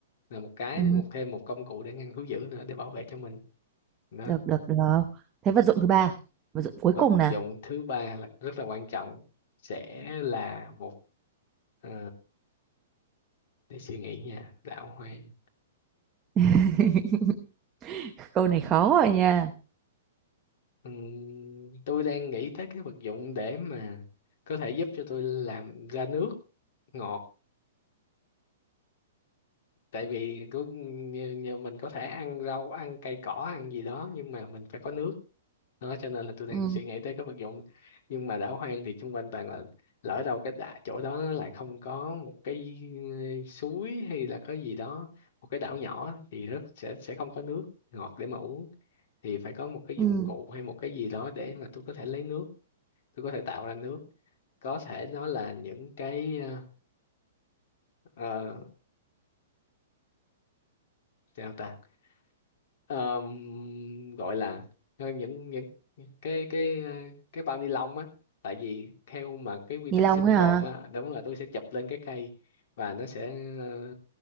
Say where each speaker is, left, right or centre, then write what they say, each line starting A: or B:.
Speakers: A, on the left; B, on the right.
A: là một cái
B: ừ
A: một thêm một công cụ để ngăn thú dữ nữa để bảo vệ cho mình đó
B: được được được thế vật dụng thứ ba vật dụng cuối
A: vật
B: cùng nè
A: dụng thứ ba là rất là quan trọng sẽ là một ờ, để suy nghĩ nha đạo hoang
B: <laughs> câu này khó rồi nha
A: Ừm, tôi đang nghĩ tới cái vật dụng để mà có thể giúp cho tôi làm ra nước ngọt tại vì cứ như, như mình có thể ăn rau ăn cây cỏ ăn gì đó nhưng mà mình phải có nước đó cho nên là tôi đang
B: ừ
A: suy nghĩ tới cái vật dụng nhưng mà đảo hoang thì xung quanh toàn là lỡ đâu cái đà, chỗ đó nó lại không có một cái ừ, suối hay là cái gì đó một cái đảo nhỏ thì rất sẽ sẽ không có nước ngọt để mà uống thì phải có một cái
B: ừ
A: dụng cụ hay một cái gì đó để mà tôi có thể lấy nước tôi có thể tạo ra nước có thể nó là những cái ờ, ờ, sao ta Ờm, gọi là ờ, những những cái cái ờ, cái bao ni lông á tại vì theo mà cái quy tắc
B: ni lông
A: sinh
B: ấy
A: tồn
B: à
A: á đúng là tôi sẽ chụp lên cái cây và nó sẽ ờ,